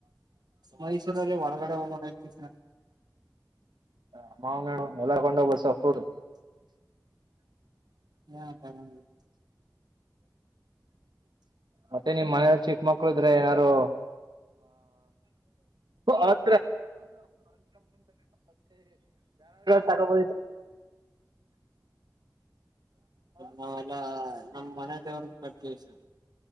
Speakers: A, on the right; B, on the right.
A: ಮೈಸೂರಲ್ಲಿ ಒಳಗಡೆ ಹೋಗೋತಿ ಸರ್
B: ಅಮ್ಮನ್ಣ ಎಲ್ಲ ಕೊಂಡೋಗ್ಬಸಫೂಡ್
A: ಹ್ಮ ಹ್ಮ
B: ಮತ್ತೆನ ಮಾಯ ಚ ಮಕ್ಳು ಇದ್ರೆ ಏನಾರು ಹಾತ್ತ ತಕ ಬ
A: ನಾವೆಲ್ಲಾ ನಮ್ಮ್ ಮನೆ ದೇವ್ರ ಕಟ್ಟಲ ಸ